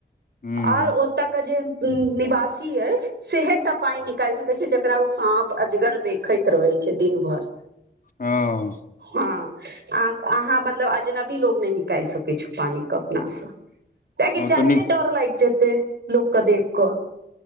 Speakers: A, on the left; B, on the right.
A: हूँ
B: आओर ओतयके जे निवासी अछि सेहे टा पान ने। निकालि सकै छै जेकरा ओ साँप अजगर देखैत रहै छै दिन भर।
A: हँ
B: हँ अहाँ मतलब जेना ई लोक नहि निकालि सकै छै पानि अपने सँ, किएक तँ
A: ओ
B: साँप देखिकऽ
A: तऽ नीक
B: डर लागि जाइत छै। लोककेँ देख,